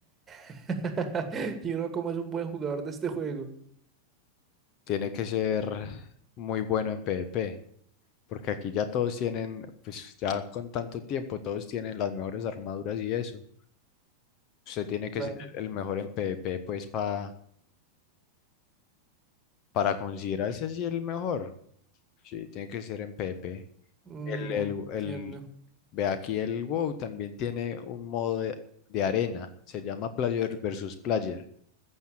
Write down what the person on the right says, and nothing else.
<laughs> Y uno como es un buen jugador de este juego.
Claro.
Mm,
entiendo.